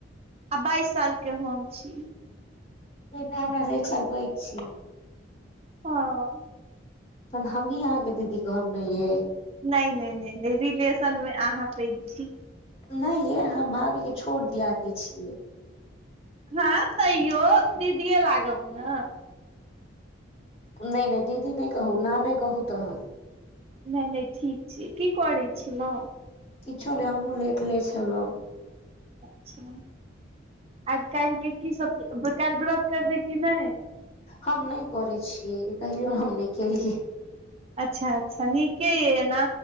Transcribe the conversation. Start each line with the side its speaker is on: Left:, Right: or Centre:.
Right: आब बाइस सालके हम छी।
Left: तहैन तऽ आंहा हमरा से एक साल पैघ छी।
Right: हँ।
Left: तहन हमही अहाँके दीदी कहब ने ये।
Right: नै- नै-नै रिलेशन मे अहाँ पैघ छी।
Left: नै ये आंहा भाभी के छोट दियादनी छियै।
Right: हँ तैयो दीदिे लागब ने।
Left: नै- नै दीदी नै कहू नामे कहू तहन।
Right: नै- नै ठीक छी की करै छलहुँ‌।
Left: किछो नै हमहुूँ लेट ले छलहुँं।
Right: अच्छा आर काल्हिके की सब काल्हि व्रत करबै कि नै।
Left: हम न करै छियै कहियो हम नै केलियै।
Right: अच्छा- अच्छा नीके यऽ एना।